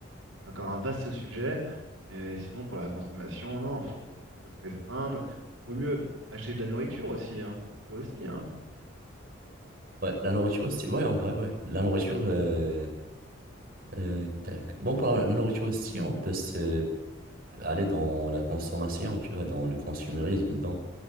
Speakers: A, on the right; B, on the right.
A: encore un vaste sujet. Et sinon, pour la consommation, non, faut, faut se restreindre. Vaut mieux acheter de la nourriture aussi, hein. Ça aussi, hein.
B: Ouais, la nourriture aussi. Ouais, en vrai, ouais. La nourriture... euh, euh, tac. Bon, pour la, la nourriture aussi, on peut se... aller dans la consommation, tu vois, dans le consumérisme dedans.